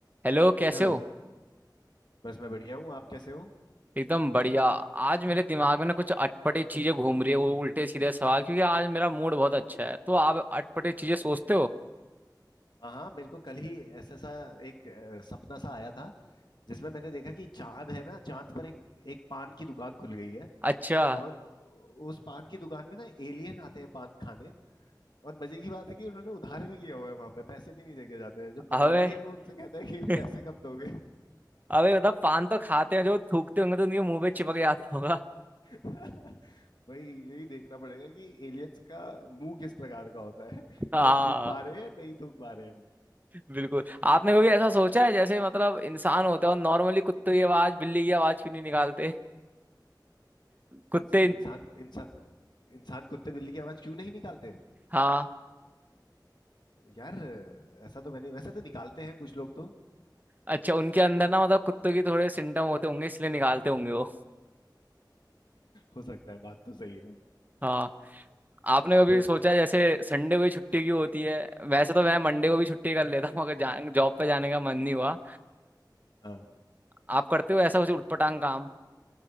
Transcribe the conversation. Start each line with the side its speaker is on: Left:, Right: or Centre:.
Right: Hello कैसे
Left: हेलो
Right: हो
Left: बस मैं बढ़िया हूँ आप कैसे हो
Right: एकदम बढ़िया आज मेरे दिमाग में ना कुछ अटपटे चीजें घूम रही है वो उल्टे सीधे सवाल क्योंकि आज मेरा मूड बहुत अच्छा है तो आप अटपटे चीजें सोचते हो
Left: हाँ हाँ मेरे को कल ही ऐसा सा एक अ, सपना सा आया था जिसमें मैंने देखा कि चांद है ना चांद पर एक एक पान की दुकान खुल गई है
Right: अच्छा
Left: और उस पान की दुकान में ना एलियन आते हैं पान खाने और मजे की बात है कि उन्होंने उधार भी किया हुआ है वहां पे पैसे भी नहीं देके जाते हैं जो पनवाड़ी
Right: अबे
Left: है वो उनसे कहता है कि
Right: <laughs>
Left: पैसे कब दोगे
Right: अबे मतलब पान तो खाते हैं जो थूकते होंगे तो उनके मुंह पे चिपक जाता होगा
Left: <laughs> वही यही देखना पड़ेगा कि एलियंस का मुंह किस प्रकार का होता है कि
Right: हाँ
Left: वो थूक पा रहे हैं या नहीं थूक पा रहे
Right: बिल्कुल आपने कभी ऐसा सोचा है जैसे मतलब इंसान होता है और नॉर्मली कुत्ते की आवाज बिल्ली की आवाज क्यों नहीं निकालते कुत्ते
Left: इंस, इंसान इंसान इंसान कुत्ते बिल्ली की आवाज क्यों नहीं निकालते
Right: हाँ
Left: यार ऐसा तो मैंने वैसे तो निकालते हैं कुछ लोग तो
Right: अच्छा उनके अंदर ना मतलब कुत्तों की थोड़े सिम्टम होते होंगे इसलिए निकालते होंगे वो
Left: हो सकता है बात तो सही है
Right: हाँ। आपने कभी
Left: पर
Right: सोचा जैसे संडे को ही छुट्टी क्यों होती है वैसे तो मैं मंडे को भी छुट्टी कर लेता हूँ अगर जा, जॉब पे जाने का मन नहीं हुआ
Left: हाँ
Right: आप करते हो ऐसा कुछ उटपटांग काम